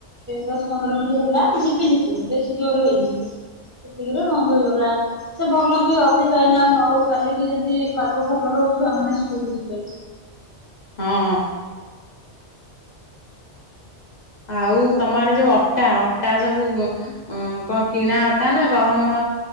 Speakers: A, on the right; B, on the left.
A: ଦଶ ପନ୍ଦର ମିନିଟ୍ ହେଲା। ଝିପ ପି ଝିପି ବେଶୀ ଜୋର ହେଇନି। ସେତିକିରେ ବନ୍ଦ ହେଇଗଲା। ସେ ଭଲ ବି ଅଧିକା ଏଇନା ଆଉ ନ ହଉ। କାଲିକି ଯେମିତି ପାଗ ଭଲ ରହୁ ଛୁଆମାନେ ସ୍କୁଲ୍ ଯିବେ।
B: ହଁ। ଆଉ ତୋମ ଆଡେ ଯୋଉ ଅଟା ଅଟା ସବୁ ଗ ଅଁ, କଣ କିଣା ଅଟା ନା? ଗହମ